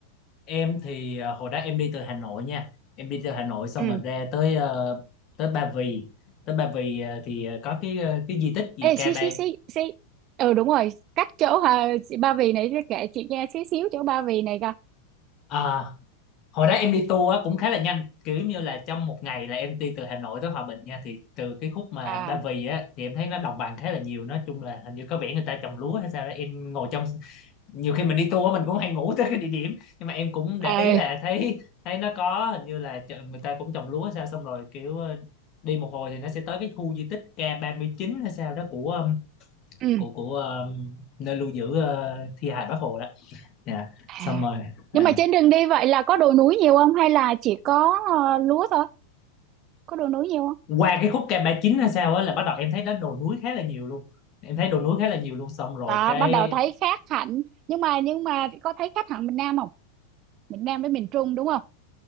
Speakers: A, on the left (about 35°); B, on the right (about 35°).
A: em thì ờ, hồi đó em đi từ Hà Nội nha em đi từ Hà Nội xong
B: Ừ.
A: rồi ra tới ờ, tới Ba Vì tới Ba Vì ờ, thì ờ, có cái ờ, cái di tích gì
B: ê
A: Ca
B: xí
A: Ba
B: xí xí xí ừ đúng rồi cách chỗ Hòa Ba Vì này kể chị nghe xí xíu chỗ Ba Vì này coi
A: à, hồi đó em đi tour á, cũng khá là nhanh kiểu như là trong một ngày là em đi từ Hà Nội tới Hòa Bình nha thì từ cái khúc mà
B: à,
A: Ba Vì á thì em thấy nó đồng bằng khá là nhiều nói chung là hình như có vẻ người ta trồng lúa hay sao đó em ngồi trong nhiều khi mình đi tour mình cũng hay ngủ tới cái địa điểm nhưng mà em cũng để
B: à
A: ý là thấy thấy nó có hình như là chợ- người ta cũng trồng lúa hay sao xong rồi kiểu ờ, đi một hồi thì nó sẽ tới cái khu di tích K39 hay sao đó của um,
B: Ừ.
A: của của um, nơi lưu giữ uh, thi hài Bác Hồ đó Dạ.
B: À,
A: xong rồi à.
B: nhưng mà trên đường đi vậy là có đồi núi nhiều không hay là chỉ có ờ, lúa thôi? Có đồi núi nhiều không?
A: qua cái khúc K39 hay sao á là bắt đầu em thấy nó đồi núi khá là nhiều luôn em thấy đồi núi khá là nhiều luôn xong rồi
B: Đó,
A: cái
B: bắt đầu thấy khác hẳn. Nhưng mà nhưng mà có thấy khác hẳn miền Nam không? Miền Nam với miền Trung đúng không?